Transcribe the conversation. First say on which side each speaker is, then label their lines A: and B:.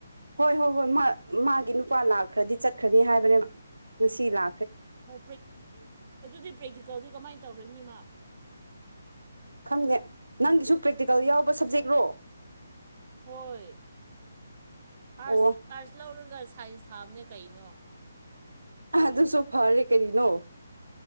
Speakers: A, on the right; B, on the right.
A: ꯍꯣꯏ ꯍꯣꯏ ꯍꯣꯏ ꯃꯥꯒꯤ ꯅꯨꯄꯥ ꯂꯥꯛꯈ꯭ꯔꯗꯤ ꯆꯠꯈ꯭ꯔꯅꯤ ꯍꯥꯏꯕꯅꯦꯕ ꯉꯁꯤ ꯂ
B: ꯑꯣ ꯑꯗꯨꯗꯤ ꯄ꯭ꯔꯦꯛꯇꯤꯀꯦꯜꯗꯤ ꯀꯃꯥꯏꯅ ꯇꯧꯔꯅꯤ ꯏꯃ
A: ꯈꯪꯗꯦ ꯅꯪꯒꯤꯁꯨ ꯄ꯭ꯔꯦꯛꯇꯤꯀꯦꯜ ꯌꯥꯎꯕ ꯁꯕꯖꯦꯛꯔꯣ
B: ꯍꯣꯏ ꯑꯥꯔꯠꯁ
A: ꯑꯣ
B: ꯑꯥꯔꯠꯁ ꯂꯧꯔꯒ ꯁꯥꯏꯟꯁ ꯊꯥꯕꯅꯦ ꯀꯩꯅꯣ
A: ꯑꯗꯨ ꯑꯗꯨꯁꯨꯣ ꯐꯔꯦ ꯀꯔꯤꯅꯣ